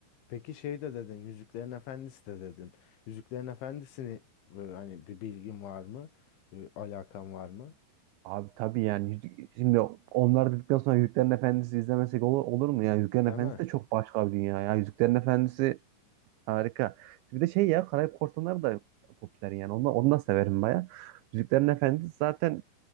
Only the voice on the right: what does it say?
Abi tabii yani Yüz- şimdi onlar dedikten sonra Yüzüklerin Efendisi izlemesek olur, olur mu ya? Yüzüklerin Efendisi
de çok başka bir dünya ya. Yüzüklerin Efendisi harika. Bir de şey ya Karayip Korsanları da popüler yani. Onu, onu da severim baya. Yüzüklerin Efendisi zaten